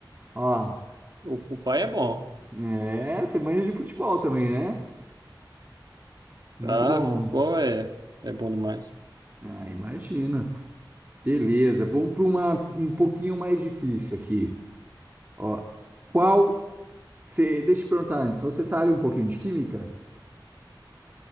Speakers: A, on the right; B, on the right.
A: Ó,
B: O, o pai é bom.
A: é, você manja de futebol também, né? Muito
B: Ah,
A: bom.
B: futebol é, é bom demais.
A: Ah, imagina. Beleza, vamos para uma um pouquinho mais difícil aqui. Ó, qual Você, deixa eu te perguntar antes, você sabe um pouquinho de química?